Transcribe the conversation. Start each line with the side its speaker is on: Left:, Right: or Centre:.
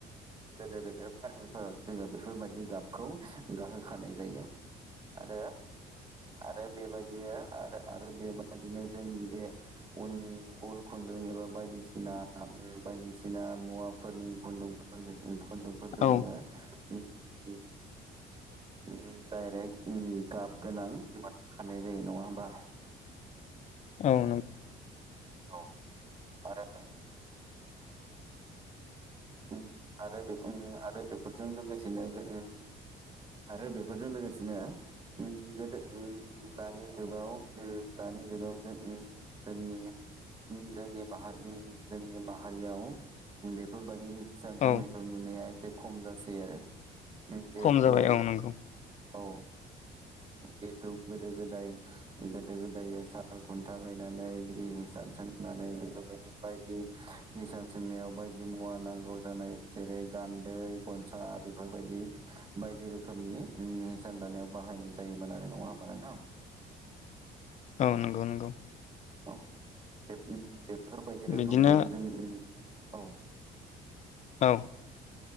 Right: गेदेर गेदेर <inaudible> जोङो बेफोरबायदि गाबखौ गाहोखानाय जायो आरो आरो बेबायदिनो आरो बेबादिनो जोंनि बे उन उल खुन्दुं एबा बायदिसिना बायदिसिना मुवाफोरनि खुन्दुंफोर खुन्दुं फोरखौ
Left: औ
Right: जोङो उम उम डाइरेक्ट उम गाब गोनां मोनखानाय जायो नङा होमबा
Left: औ नों
Right: औ आरो ओं आरो बे आरो बेफोरजों लोगोसेनो ओं आरो बेफोरजों लोगोसेनो गोदो दानि जुगाव दानि जुगाव जों जोंनि जोंनि माहारि जोंनि माहारियाव बेफोर बादि सान सोंनायखौ
Left: औ
Right: नुनाया एसे खमजासै आरो <unintelligible> जिहेतु
Left: खम जाबाय औ नंगौ
Right: औ जिहेथु गोदो गोदाय गोदो गोदाय साल खुन्था गायनानै बिदि हिसाब सोंनानै बेफोरबायदि बायदि हिसाब सोंनायाव बायदि मुवा नांगौ जानाय जेरै गान्दै गनसा बेफोरबायदि बायदि रोखोमनि उम हिसान दानायाव बाहायनाय जायोमोन आरो नङा होमबा नोंथां।
Left: औ नंगौ नंगौ।
Right: औ बे <unintelligible> फोरबायदि रोखोमैनो
Left: बिदिनो
Right: जों <unintelligible> औ
Left: औ